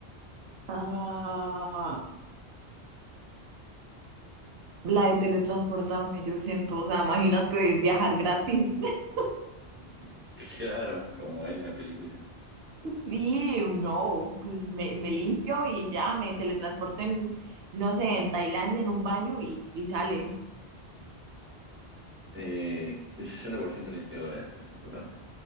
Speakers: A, on the right; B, on the right.
A: Ah, la de teletransportarme, yo siento, o sea, imagínate viajar gratis. <laughs>
B: <laughs> Claro, como hay una película.
A: Sí, no, pues me, me limpio y ya me teletransporten, no sé, en Tailandia en un baño y, y sale.
B: Eh, el 60% eligió ahora de teletransportarte.